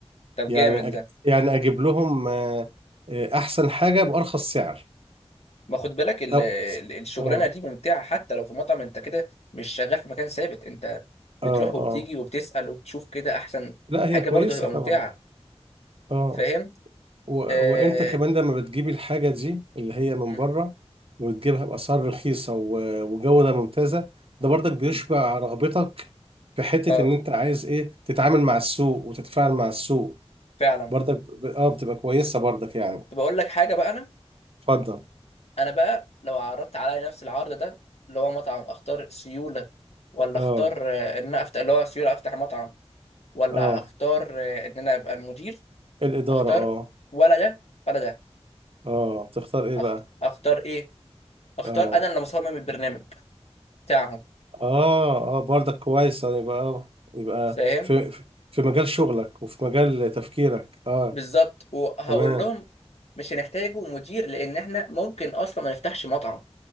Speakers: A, on the left; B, on the right.
A: طب
B: يعني
A: جامد
B: أج...
A: ده
B: يعني اجيب لهم آه، آه، احسن حاجه بارخص سعر
A: ما خد بالك ال...
B: أو...
A: ال- الشغلانة
B: اه
A: دي ممتعة حتى لو في مطعم انت كده مش شغال في مكان ثابت انت بتروح
B: اه
A: وبتيجي
B: اه
A: وبتسأل وبتشوف كده احسن
B: لا
A: حاجة
B: هي كويسه
A: برضه هتبقى
B: طبعا
A: ممتعة
B: اه
A: فاهم
B: و...
A: آه...
B: وانت كمان لما بتجيبي الحاجه دي اللي هي من
A: مم.
B: بره وتجيبها باسعار رخيصه و... وجوده ممتازه ده برضك بيشبع
A: مم.
B: رغبتك في حته
A: اه
B: ان انت عايز ايه تتعامل مع السوق وتتفاعل مع السوق
A: فعلا
B: برضك ب... اه بتبقى كويسة برضك يعني
A: طب اقول لك حاجة بقى انا
B: اتفضل
A: انا بقى لو عرضت عليا نفس العرض ده اللي هو مطعم اختار سيوله ولا
B: اه
A: اختار آه، ان انا افتح اللي هو سيوله افتح مطعم ولا
B: اه
A: اختار آه، ان انا ابقى المدير
B: الإدارة
A: اختار
B: اه
A: ولا ده ولا ده
B: اه تختار ايه بقى
A: أخت... اختار ايه اختار
B: اه
A: انا اللي مصمم البرنامج بتاعهم
B: اه اه برضك كويسة يبقى اه يبقى
A: فاهم
B: في في في مجال شغلك وفي مجال تفكيرك اه
A: بالظبط وهقول
B: تمام
A: لهم مش هنحتاجوا مدير لان احنا ممكن اصلا ما نفتحش مطعم